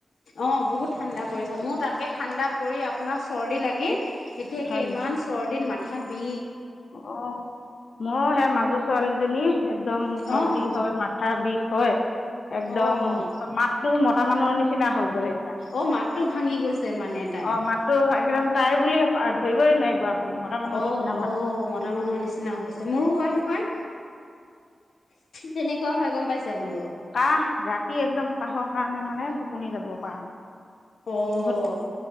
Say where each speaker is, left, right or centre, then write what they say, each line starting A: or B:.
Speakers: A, on the left; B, on the left.
A: অ বহুত ঠাণ্ডা। পৰিছে মোৰ তাকে ঠাণ্ডা পৰি আপোনাৰ চৰ্দি লাগি এতিয়াকে
B: হয়
A: ইমান
B: নেকি
A: চৰ্দিত মা থাকবি
B: অ মই সে মাক ছোৱালীজনী একদম চৰ্দি
A: অ',
B: হয় মাথা বিষ হয় একদম
A: অ',
B: স মাত- তো মতা মানুহৰ নিচিনা হৈ গ'লে
A: অ মাতটো ভাঙি গৈছে মানে তাই
B: অ মাতটো একদম তাই বুলি ধৰিবই নোৱাৰিব মতা মানুহ
A: অ',
B: নিচিনা মাত
A: অ মতা মানুহৰ নিচিনা হৈছে মোৰো হয় নহয় তেনেকুৱা হয় গম পাইছে মোৰো
B: কাহ ৰাতি একদম কাহৰ কাৰণে মানে টোপনি যাব পাৰা নাই
A: অ',
B: বহুত